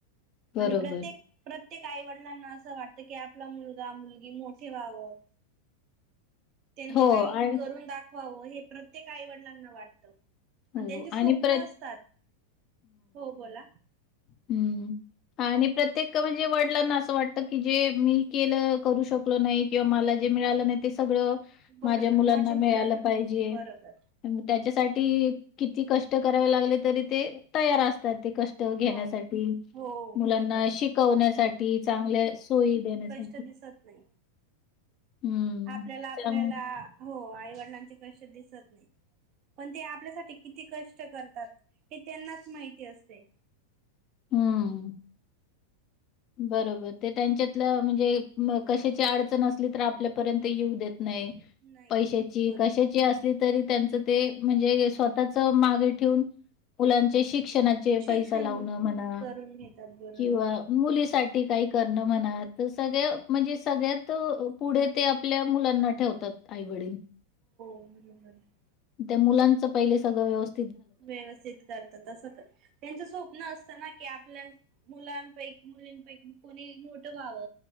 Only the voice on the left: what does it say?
बरोबर.
हो
आणि
हो
प्रत
हम्म म हा आणि प्रत्येक म्हणजे वडिलांना असं वाटत की जे मी केलं करू शकलो नाही किंवा मला जे जमल नाही जे मिळाले नाही ते सगळ
माझ्या मुलांना मिळाल
पाहिजे
हम् त्याच्यासाठी की किती कष्ट करावे लागले तरी ते तयार असतात ते कष्ट घेण्यासाठी
मुलांना
शिकवण्यासाठी चांगल्या सोयी देण्यासाठी
हं.
चांग
हम्म मम बरोबर ते त्यांच्यातलं म्हणजे न कशाची अडचण असली तर आपल्यापर्यंत येऊ देत नाही
पैशांची
कशाची असली तरी त्यांच ते म्हणजे
स्वतःच मागे ठेऊन मुलांचे शिक्षणाचे
पैसा लावून. कामना म्हणा
किंवा
मुलीसाठी काही करण म्हणा तस. सगळ म्हणजे सगळ्यात पुढे ते आपल्या मुलांना ठेवतात आईवडील.
त्या मुलांच पहिले सगळ व्यवस.